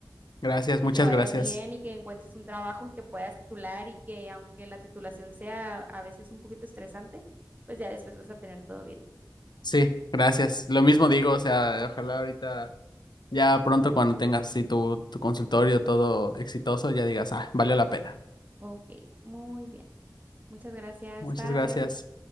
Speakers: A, on the left; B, on the right.
A: Gracias,
B: y que
A: muchas
B: te vaya
A: gracias.
B: bien y que encuentres un trabajo y te puedas titular y que aunque la titulación sea a veces un poquito estresante, pues ya después vas a tener todo bien.
A: Sí, gracias. Lo mismo digo, o sea, ojalá ahorita, ya pronto cuando tengas sí, tu, tu consultorio todo exitoso, ya digas, ah, valió la pena.
B: Ok, muy bien. Muchas gracias.
A: Muchas
B: Bye.
A: gracias.